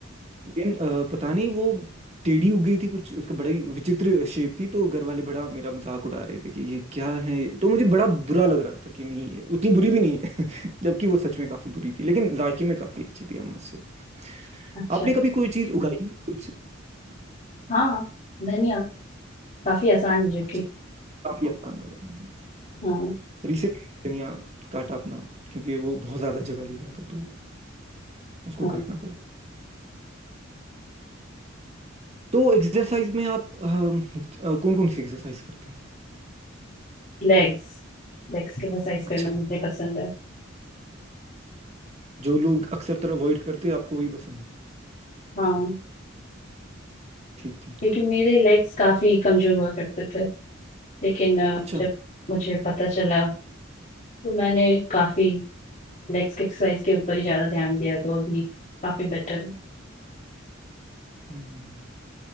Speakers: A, on the right; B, on the left.
A: लेकिन अ, पता नहीं वो टेढ़ी उग गई थी कुछ उसका बड़ा ही विचित्र शेप थी तो घर वाले बड़ा मेरा मजाक उड़ा रहे थे कि ये क्या है तो मुझे बड़ा बुरा लग रहा था कि नहीं ये उतनी बुरी भी नहीं है <laughs> जबकि वो सच में काफी बुरी थी लेकिन जायके में काफी अच्छी थी आम से
B: अच्छा
A: आपने कभी कोई चीज उगाई कुछ
B: हाँ धनिया काफी आसान है जो
A: अच्छा
B: कि
A: काफी आसान होगा
B: हाँ
A: रिसेंटली धनिया काटा अपना क्योंकि वो बहुत ज़्यादा जगह ले रहा था तो उसको
B: हाँ
A: काटना पड़ा तो एक्सरसाइज में आप कौन कौन सी एक्सरसाइज करते हैं
B: लेग्स लेग्स की एक्सरसाइज करना
A: अच्छा
B: मुझे पसंद है
A: जो लोग अक्सर तरह अवॉइड करते हैं आपको वही पसंद है
B: हाँ
A: ठीक ठीक
B: क्योंकि मेरे लेग्स काफी कमजोर हुआ करते थे लेकिन अ,
A: अच्छा
B: जब मुझे पता चला तो मैंने काफी लेग्स की एक्सरसाइज के ऊपर ही ज्यादा ध्यान दिया तो अभी काफी बेटर है
A: हम्म